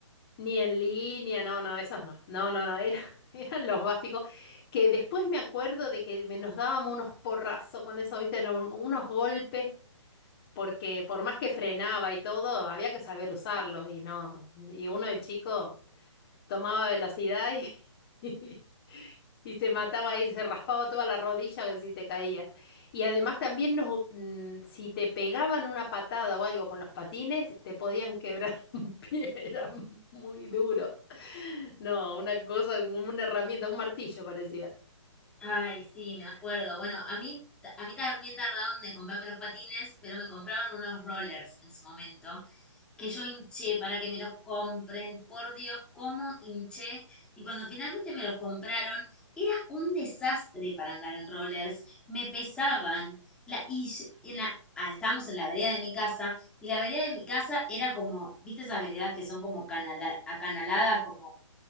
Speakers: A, on the left; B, in the centre.
A: Ni en línea, no, no, esos no. No, no, no, era- <laughs> eran los básicos. Que después me acuerdo de que me- nos dábamos unos porrazos con eso, ¿viste? No, unos golpes, porque por más que frenaba y todo, había que saber usarlos y no. Y uno de chico tomaba velocidad y, <laughs> y se mataba ahí, se raspaba toda la rodilla si te caías. Y además también nos, mm, si te pegaban una patada o algo con los patines, te podían quebrar <laughs> un pie, era muy duro. No, una cosa, como una herramienta, un martillo parecía.
B: Ay, sí, me acuerdo. Bueno, a mí, a mí también tardaron de comprarme los patines, pero me compraron unos rollers en su momento, que yo hinché para que me los compren, por Dios, cómo hinché. Y cuando finalmente me los compraron, era un desastre para andar en rollers, me pesaban. La, y en la, ah, estábamos en la vereda de mi casa, y la vereda de mi casa era como, ¿viste esas veredas que son como canala- acanaladas? Como,